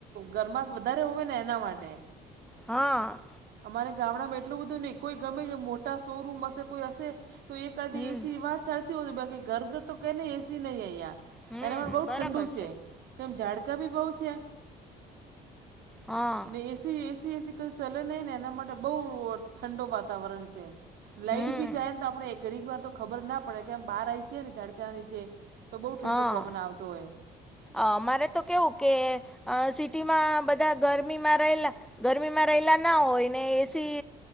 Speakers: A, on the right (about 70°); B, in the centre.
A: ગરમાસ વધારે હોય ને એના માટે.
B: હા.
A: અમારે ગામડામાં એટલું બધું નહીં, કોઈ ગમે ઈ મોટા શોરૂમ હશે કોઈ હશે. તો એક આધી
B: હમ
A: એસી વાત સરતી હો, બાકી ઘર ઘર તો ક ને એસી નહી અહંયા.
B: હમ
A: એનામાં બહુ
B: બરાબર
A: ઠંડુ છે, કેમ ઝાડકા બી બહુ છે.
B: હા
A: ને એસી, એસી, એસી કોઈ સલ નહી. ને એના માટે બઉ ઠંડો વાતાવરણ છે, લાઈટ
B: હમ
A: બી જાય ને તો આપણે. ઘણીક વાર તો ખબર ના પડે કે આમ બહાર આવી જય ને ઝાડખા નીચે તો બહુ ઠંડો
B: હા
A: પવન આવતો હોય.
B: અમારે તો કેવું કે અ સિટીમાં બધા ગરમીમાં રહેલા. ગરમીમાં રહેલા ના હોય ને એસી.